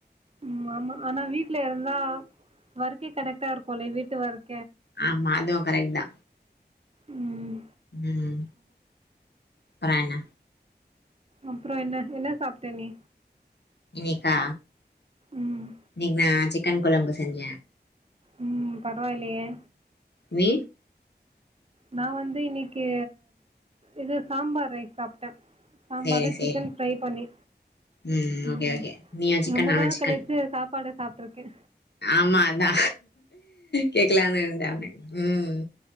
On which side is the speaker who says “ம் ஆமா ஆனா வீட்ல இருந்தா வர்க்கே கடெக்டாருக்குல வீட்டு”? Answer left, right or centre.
Right